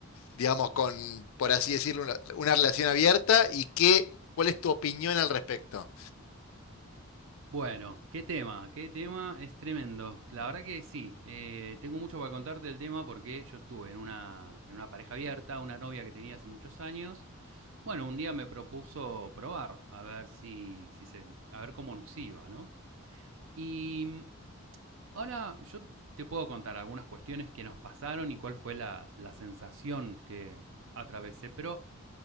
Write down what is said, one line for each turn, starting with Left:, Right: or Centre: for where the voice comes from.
Left: digamos, con, por así decirlo, una, una relación abierta? ¿Y qué, cuál es tu opinión al respecto?
Right: Bueno, qué tema, qué tema es tremendo. La verdad que sí, eh, tengo mucho para contarte del tema porque yo estuve en una, en una pareja abierta, una novia que tenía hace muchos años. Bueno, un día me propuso probar, a ver si, si se, a ver cómo nos iba, ¿no? Y ahora yo te puedo contar algunas cuestiones que nos pasaron y cuál fue la, la sensación que atravesé, pero